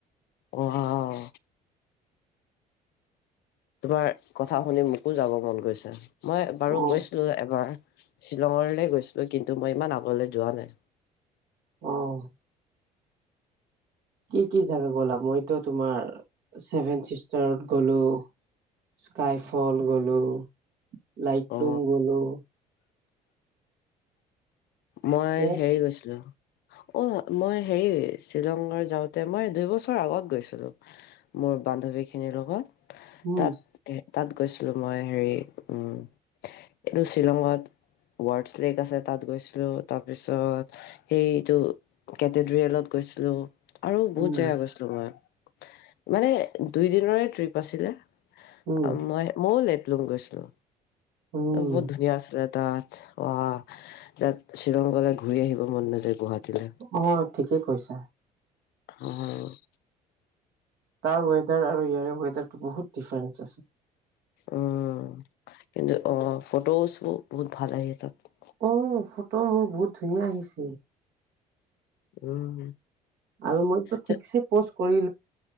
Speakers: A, on the left (about 55°); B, on the right (about 55°).
A: অৱাও। তোমাৰ কথা শুনি মোকো যাব মন গৈছে মই বাৰু
B: অ
A: গৈছিলোঁ এবাৰ শ্বিলঙলৈ গৈছিলোঁ কিন্তু মই ইমান আগলৈ যোৱা নাই।
B: অ', কি, কি জাগা গ'লা মইতো তোমাৰ ছেভেন চিষ্টাৰত গ'লো স্কাই ফল গ'লোঁ, লাইটলুম
A: অ
B: গ'লোঁ
A: মই
B: বিৰাট
A: হেৰি গৈছলো অ' মই হেৰি শ্বিলঙৰ যাওঁতে মই দুইবছৰ আগত গৈছিলো। মোৰ বান্ধৱী খিনিৰ লগত
B: উম
A: তাত তাত গৈছলো মই হেৰি উম, এইটো শ্বিলঙত ৱাৰ্ডছ লেক আছে তাত গৈছোঁ। তাৰপিছত সেইটো কেটেড্ৰিয়েলত গৈছলো আৰু বহুত
B: উম
A: জেগা গৈছলো মই মানে দুইদিনৰে ট্ৰিপ আছিলে।
B: উম
A: অ'মই ময়ও লেটলুং গৈছলো
B: উম
A: বহুত ধুনীয়া আছিলে। তাত অ' তাত শ্বিলং গলে ঘূৰি আহিব মন নাযায় গোহাটীলে।
B: অ' ঠিকে কৈছা।
A: অ',
B: তাৰ ৱেডাৰ আৰু ইয়াৰে ৱেডাৰতো বহুত ডিফাৰেন্ঞ্চ আছে।
A: অ' কিন্তু অ' ফটোজ বোৰ বহুত ভাল আহে তাত।
B: অ' ফটো মোৰ বহুত ধুনীয়া আহিছিল।
A: উম,
B: আৰু মইতো ঠিকছে
A: তে-
B: প'ষ্ট